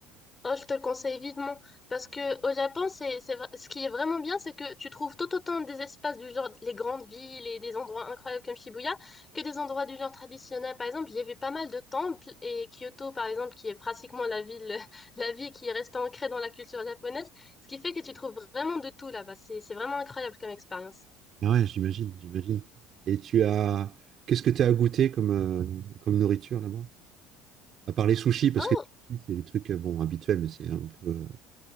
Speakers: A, on the left; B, on the right.
A: Oh, je te le conseille vivement parce que au Japon, c'est, c'est, vra- ce qui est vraiment bien, c'est que tu trouves tout autant des espaces du genre les grandes villes et des endroits incroyables comme Shibuya que des endroits du genre traditionnel. Par exemple, j'ai vu pas mal de temples et Kyoto, par exemple, qui est pratiquement la ville, <laughs> la ville qui reste ancrée dans la culture japonaise, ce qui fait que tu trouves vraiment de tout là-bas. C'est, c'est vraiment incroyable comme expérience.
B: Ah ouais, j'imagine, j'imagine. Et tu as, qu'est-ce que tu as à goûter comme, euh, comme nourriture là-bas? à part les sushis, parce
A: Oh,
B: que c'est des trucs euh, bon habituels, mais c'est un peu, euh,